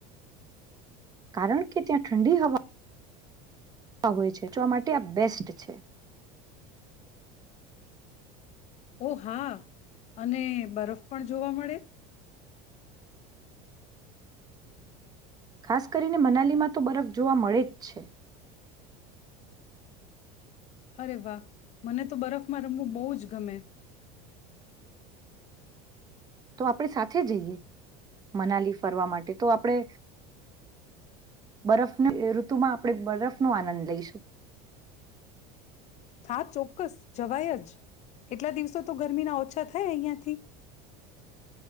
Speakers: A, on the right; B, on the left.
A: કારણ કે ત્યાં ઠંડી હવા હોય છે જો આ માટે આ બેસ્ટ છે
B: ઓ હા અને બરફ પણ જોવા મળે
A: ખાસ કરીને મનાલીમાં તો બરફ જોવા મળે જ છે
B: અરે વાહ મને તો બરફમાં રમવું બહુ જ ગમે.
A: તો આપણે સાથે જઈએ મનાલી ફરવા માટે તો આપણે બરફની ઋતુમાં આપણે બરફ નો આનંદ લઈશું.
B: હા ચોક્કસ જવાય જ એટલા દિવસો તો ગરમીના ઓછા થાય અહિયાંથી.